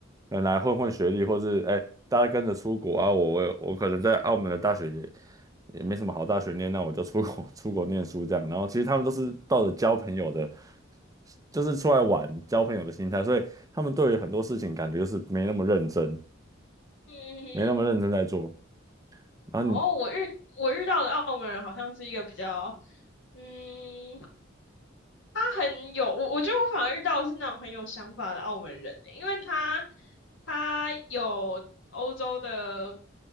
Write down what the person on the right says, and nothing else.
呃来混混学历，或是哎大家跟着出国啊，我我可能在澳门的大学也也没什么好大学念，那我就出国 <laughs> 出国念书这样。然后其实他们都是抱着交朋友的，就是出来玩交朋友的心态，所以他们对于很多事情感觉就是没那么认真，
没那么认真在做。
然后你